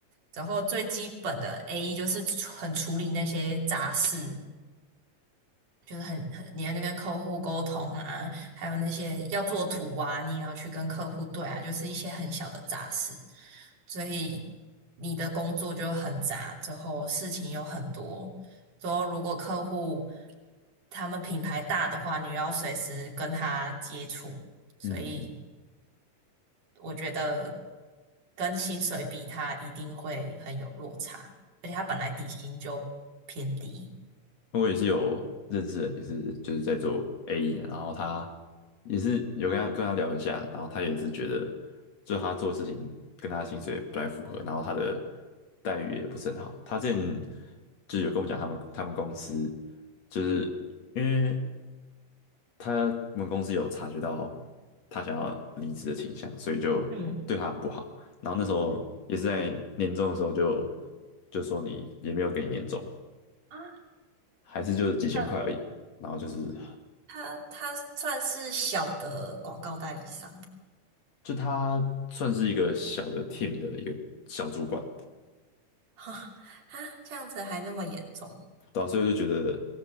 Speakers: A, on the right; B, on the left.
A: 然后最基本的 AE 就是处很处理那些杂事，就是很很你要去跟客户沟通啊，还有那些要做图啊，你也要去跟客户对啊，就是一些很小的杂事。所以你的工作就很杂，之后事情有很多。之后如果客户他们品牌大的话，你要随时跟他接触，所以。
B: 嗯，
A: 我觉得跟薪水比，它一定会很有落差，而且它本来底薪就偏低。
B: 我也是有认识人，也是就是在做 AE，然后他也是有跟他跟他聊一下，然后他也是觉得，就他做的事情跟他的薪水不太符合，然后他的待遇也不是很好。他之前就有跟我们讲，他们他们公司就是因为他们公司有察觉到他想要离职的倾向，所以就对他很不好。
A: 嗯，
B: 然后那时候也是在年终的时候就就说你也没有给你年终，
A: 啊，
B: 还是就几千块而已。
A: 呃，
B: 然后就是
A: 他他他算是小的广告代理商吗
B: 就他算是一个小的 team 的一个小主管，
A: 哈 <laughs> 啊，这样子还那么严重？
B: 导时我就觉得